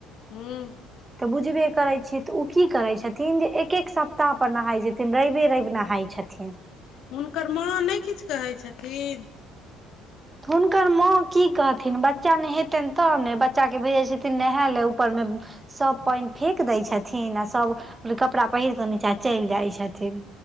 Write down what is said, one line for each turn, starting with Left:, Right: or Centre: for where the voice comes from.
Left: हूं
Right: तऽ बुझबे करै छियै तऽ ओ की करे छथिन जे एक एक सप्ताह पर नहाय छथिन रइवे रईव नहाय छथिन
Left: हुनकर माँ नय किछ कहै छथिन
Right: तऽ हुनकर माँ की कहथिन बच्चा नेहेतनि तब ने बच्चाके भेजैत छथिन नहाय लए ऊपरमे सभ पानि फेेक दै छथिन आ सभ कपड़ा पहिर कऽ नीचाँ चलि जाइ छथिन